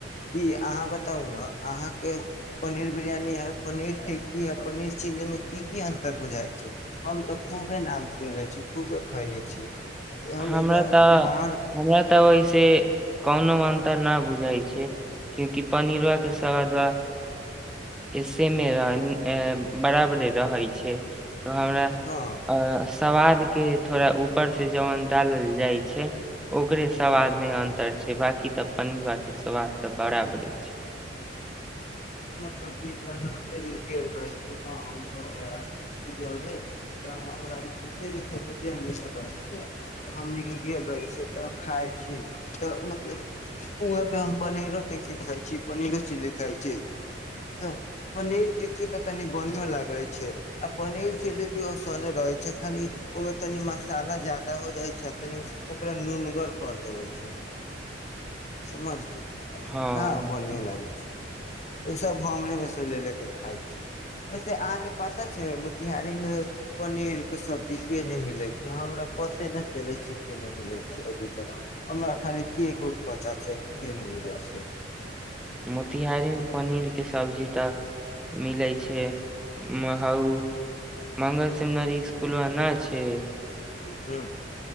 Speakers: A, on the left; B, in the centre.
A: की अहाँ बताउ ने अहाँके पनीर बिरियानी आ पनीर टिक्की आ पनीर चिलीमे की की अन्तर बुझाइ छै हम तऽ खूबे नाम सुनले छी खूबे खैले छी हम
B: हमरा
A: एक बार
B: तऽ
A: बाहर
B: हमरा तऽ ओइसे कोनो अं खत्तरनाब <unintelligible> बुझाइ छैइ क्योंकि पनीरों सबादबा सेमे रहै बराबरे रहै छैइ तऽ हमरा
A: हँ
B: अ सवाद के थोड़ा ऊपर से जवन डालल जाइ ओकरे सबाद में अन्तर छै बाकी त पनीरबा के स्वाद त बराबरे छै
A: बने गेल रहे छी ह जे ते मिलल रहे छै हमनी कगेल रहे छी त खाय छी त मतलब ओह पे हम पनेरो‌ टिक्की खाय छी <unintelligible> पनीरो चिली खाइ छै तऽ पनीर टिक्की तऽ तनी बढ़ियो लागे छै आ पनीर चिली भी ओसने रहै छै खाली ओहिमे तनी मसाला जादा हो जाइ छैआ तनि ओकरा नूनगर कर देबे छै समझली
B: हँ
A: काम लागै छै ऽ ओसभ हमरे में से ले ले कऽ खाइ छी वैसे अहाँके पता छै मोतिहारीमे पनीरके सब्जी केन्ने मिलै छै हमरा पते न चलैइ छै की केन्ने मिलै छै अभी तक हमरा खाली केक उक पता छैइ की केने मिलै छै
B: मोतिहारी में पनीर के सब्जी तऽ मिलै छै महौ मंगल सेमिनरी इसकुलवा ना छै
A: हूं